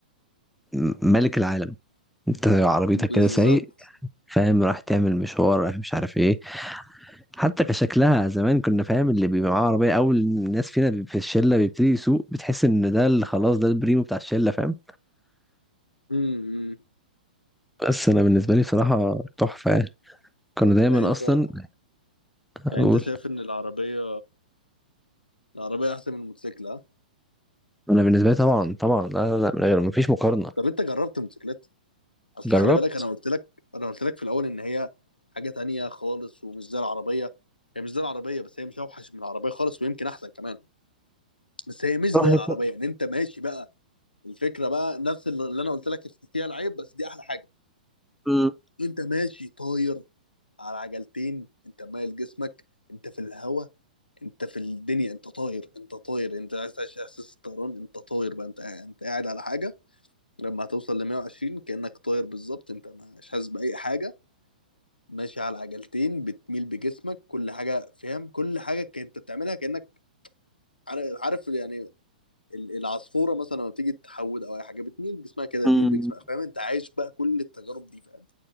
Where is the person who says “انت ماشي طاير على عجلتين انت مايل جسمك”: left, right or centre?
Left